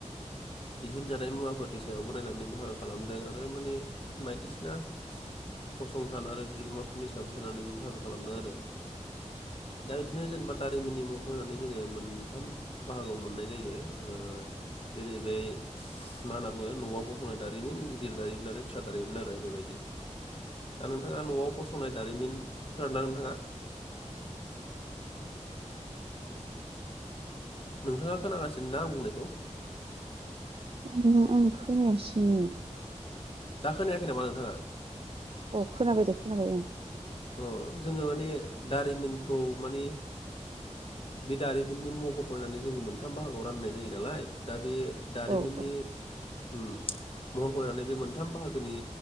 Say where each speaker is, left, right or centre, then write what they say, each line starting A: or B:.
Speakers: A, on the left (about 45°); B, on the right (about 50°).
A: दिहुनजानाय मुवाफोरनि सायावबो नायनानै बाहागो खालामदों आरो माने बायदिसिना फसंथान आरो बिगोमाफोरनि सायाव सोनारनानैबो बाहागो खालामदों आरो दा बिदिनो जेनेबा दारिमिननि मरखौ नायनानै जोङो मोनथाम बाहागोआव मोननाय जायो ओ बे जाहैबाय मा होनना बुङो न'आव फसंनाय दारिमिन गिदिर दारिमिन आरो फिसा दारिमिन आरो बेबायदि दा नोंथाङा न'आव फसंनाय दारिमिन खोनादों ना नोंथाङा नोंथाङा खोनागासिनो ना आं बुंनायखौ
B: ओहो आं खोनायासैनो
A: दा खोनायाखै नामा नोंथाङा
B: अ खोनाबाय दे खोनाबाय ओं
A: अ जोङो माने दारिमिनखौ माने बे दारिमिननि महर नायनानै जोङो मोनथाम बाहागोआव राननाय जायो नालाय दा बे दारिमिननि
B: औ औ
A: उ महर नायनानै बे मोनथाम बाहागोनि